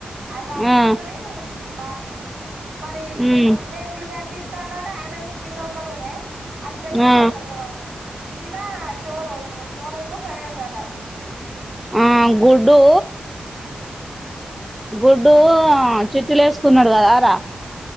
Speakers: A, on the right (about 70°); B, in the centre.
A: అ దానికి
B: ఆ
A: ఒకటి బా మరి
B: ఉమ్
A: ఈ గుడ్డె ఇల్లు కట్టి ఇత్తాండట అయనకిన్న ఒక రూమే అటు పెద్దమ్మలకొక్కరోగం
B: ఆ
A: మీద షోను ఇప్పుడు షోనును ఫైనుందట
B: ఆ గుడ్డు గుడ్డు ఆ చిట్టిలు వేసుకున్నాడు కదా రా